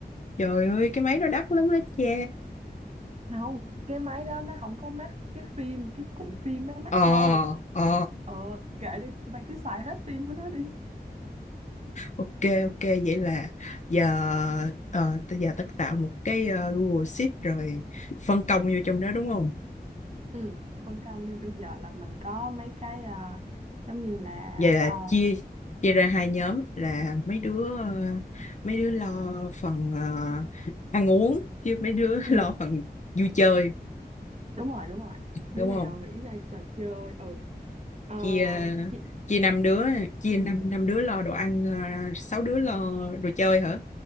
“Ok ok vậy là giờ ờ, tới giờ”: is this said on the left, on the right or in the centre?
Left